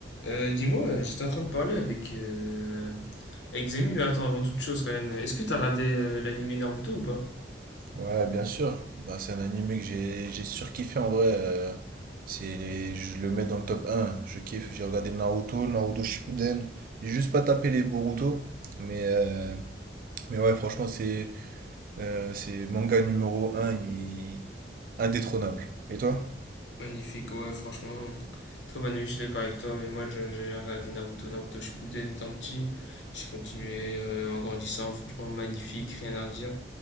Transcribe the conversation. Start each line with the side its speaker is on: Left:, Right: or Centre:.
Left: Euh, dis-moi, euh, j'étais en train de parler avec, euh, avec des amis. mais attends, avant toute chose quand même, euh, est-ce que t'as regardé euh, l'animé Naruto ou pas?
Right: Ouais, bien sûr. Bah, c'est un animé que j'ai j'ai surkiffé en vrai. euh, c'est les- je le mets dans le top un Je kiffe. J'ai regardé Naruto, Naruto Shippuden. J'ai juste pas tapé les Boruto. Mais, euh, mais ouais, franchement, c'est euh, c'est manga numéro un il- indétrônable. Et toi?
Left: Magnifique, ouais, franchement, très bon avis, je suis d'accord avec toi, mais moi je- j'ai regardé Naruto, Naruto Shippuden étant petit, j'ai continué euh, en grandissant, franchement magnifique, rien à dire.